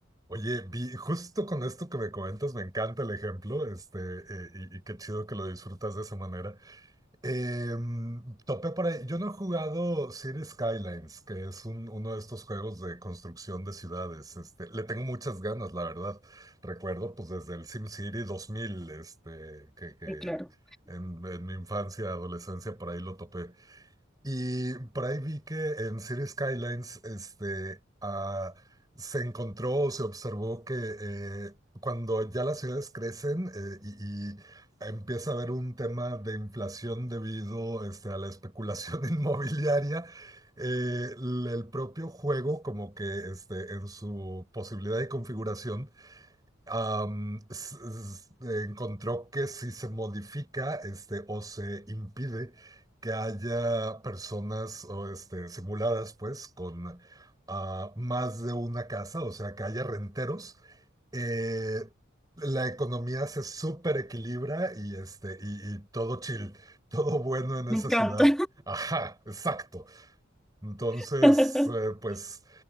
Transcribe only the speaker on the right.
Oye, vi, justo con esto que me comentas, me encanta el ejemplo, este, eh, y, y qué chido que lo disfrutas de esa manera. Eh, topé por ahí. Yo no he jugado Cities Skylines, que es un- uno de estos juegos de construcción de ciudades. Este, le tengo muchas ganas, la verdad. Recuerdo, pues, desde el SimCity dos mil este, que, que
en, en mi infancia, adolescencia, por ahí lo topé. Y por ahí vi que en City Skylines este, ah, se encontró o se observó que eh, cuando ya las ciudades crecen eh, y, y empieza a haber un tema de inflación debido este, a la especulación <laughs> inmobiliaria, eh, l- el propio juego como que este, en su posibilidad y configuración am, s- s- encontró que si se modifica este, o se impide que haya personas o, este, simuladas pues con ah, más de una casa, o sea, que haya renteros, eh, la economía se super equilibra y, este, y, y todo chill, <laughs> todo bueno en esa
ciudad. Ajá, exacto. Entonces,
eh, pues